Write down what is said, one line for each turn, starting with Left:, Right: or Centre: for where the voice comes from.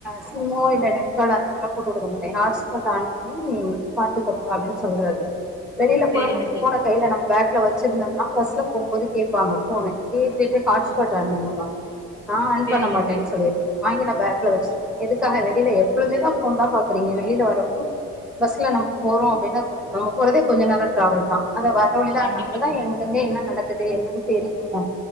Centre: சிம்மோ இல்ல நெட்கார்ட் அந்த மாரிலா போட்டு விடமாட்டே ஹாட்ஸ்பாட் ஆன் பண் ம் பாத்துகப்பா அப்டின் சொல்றது வெளில போனமா
Right: சேரிங்க
Centre: அந்த
Right: சேரி
Centre: ஃபோனக் கைல நம்ம பேக்ல வச்சிருந்தோம்னா பஸ்ல போம்போது கேப்பாங்க ஃபோனு கேட்டுட்டு ஹாட்ஸ்பாட்
Right: ஓ
Centre: ஆன் பண்ணுப்பா நா ஆன்
Right: சேரிங்க
Centre: பண்ண மாட்டேன்னு
Right: சேரி
Centre: சொல்லிருக்கே வாங்கி நா பேக்ல வச்ருவே எதுக்காக வெளில எப்பொழுமேதா ஃபோன்தா பாக்றீங்க வெளில வரப்போ பஸ்ல நம்ம போறோ அப்டினா கொஞ்ச நம்ம போரதே கொஞ்ச நேரோ ட்ராவெல்தா அத வர வழில
Right: கண்டிப்பா
Centre: அந் அப்பதா
Right: கண்டிப்பா
Centre: எங்கங்க என்ன நடக்குது என்னன் தெரியு